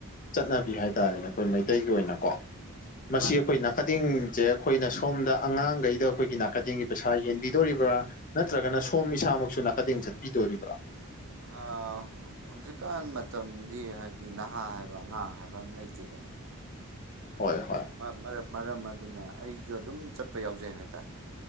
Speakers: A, on the left; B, on the right.
A: ꯆꯠꯅꯕꯤ ꯍꯥꯏꯇꯥꯔꯦꯅꯦ ꯑꯩꯈꯣꯏ ꯃꯩꯇꯩꯒꯤ ꯑꯣꯏꯅꯀꯣ
B: ꯑꯥ
A: ꯃꯁꯤ
B: ꯃꯥꯅꯦ
A: ꯑꯩꯈꯣꯏ
B: ꯃꯥꯅꯦ
A: ꯅꯥꯀꯊꯦꯡꯖꯦ ꯑꯩꯈꯣꯏꯅ ꯁꯣꯝꯗ ꯑꯉꯥꯡꯒꯩꯗ ꯑꯩꯈꯣꯏꯒꯤ ꯅꯥꯀꯗꯦꯡ ꯒꯤ ꯄꯩꯁꯥ ꯌꯦꯟꯕꯤꯗꯧꯔꯤꯕ꯭ꯔꯥ ꯅꯠꯇ꯭ꯔꯒꯅ ꯁꯣꯝ ꯏꯁꯥꯃꯛꯁꯨ ꯅꯥꯀꯗꯦꯡ ꯆꯠꯄꯤ ꯗꯧꯔꯤꯕꯔꯥ
B: ꯑꯥ ꯍꯧꯖꯤꯛꯀꯥꯟ ꯃꯇꯝ ꯗꯤ ꯍꯥꯏꯗꯤ ꯅꯍꯥ ꯍꯥꯏꯕ ꯑꯉꯥꯡ ꯍꯥꯏꯕ ꯑꯝ ꯂꯩꯇꯦꯗꯅ
A: ꯍꯣꯏ ꯍꯣꯏ
B: ꯃꯔꯝ ꯃꯔꯝ ꯑꯗꯨꯅ ꯑꯩꯖꯨ ꯑꯗꯨꯝ ꯆꯠꯄ ꯌꯥꯎꯖꯩ ꯍꯥꯏꯇꯥꯔꯦ